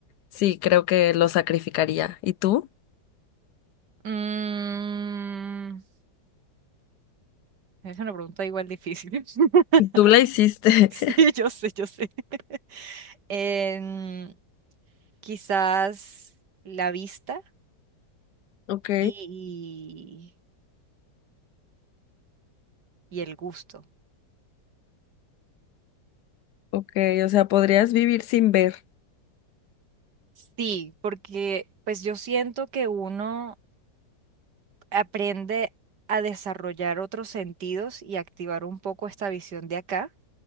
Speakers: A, on the left (about 70°); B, on the right (about 65°).
A: sí, creo que lo sacrificaría. ¿Y tú?
B: Mm, es una pregunta igual difícil. <laughs>
A: Tú la hiciste.
B: Sí,
A: <laughs>
B: yo sé, yo sé. <laughs> Em, quizás la vista
A: Ok,
B: y, y el gusto.
A: ok, o sea, podrías vivir sin ver.
B: Sí, porque pues yo siento que uno aprende a desarrollar otros sentidos y activar un poco esta visión de acá